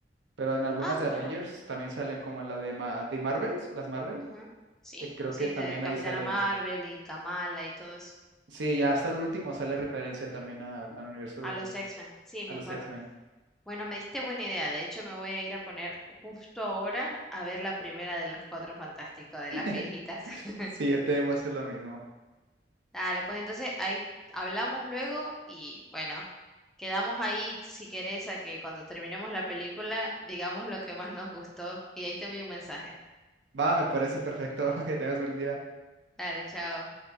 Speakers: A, on the right; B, in the centre.
A: pero en algunas
B: Ah,
A: de
B: bueno.
A: Avengers también salen como en la de, Ma- de Marvels, las Marvel,
B: ujú. Sí,
A: eh, creo
B: sí,
A: que también
B: de Capitana
A: ahí sale
B: Marvel y Kamala y todo eso.
A: Sí, ya hasta el último sale referencia también al, al universo
B: A
A: de Fro-
B: los X-Men, sí, me
A: a los
B: acuerdo.
A: X-Men.
B: Bueno, me diste buena idea. De hecho, me voy a ir a poner justo ahora a ver la primera de los Cuatro Fantásticos,
A: <laughs>
B: de las viejitas. <laughs>
A: Sí, yo también voy a hacer lo mismo.
B: Dale, pues entonces ahí hablamos luego y bueno, quedamos ahí si querés a que cuando terminemos la película digamos lo que más nos gustó y ahí te envío un mensaje.
A: Va, me parece perfecto. <laughs> Que tengas buen día.
B: Dale, chao.